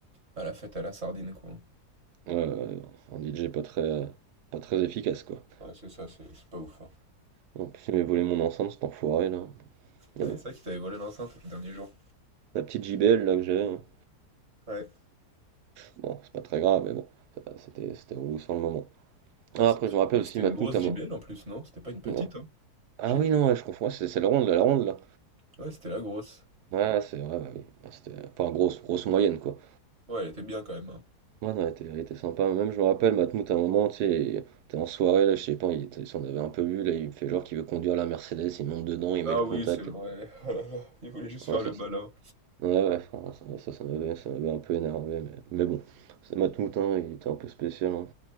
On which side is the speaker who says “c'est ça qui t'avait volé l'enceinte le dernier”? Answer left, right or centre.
Right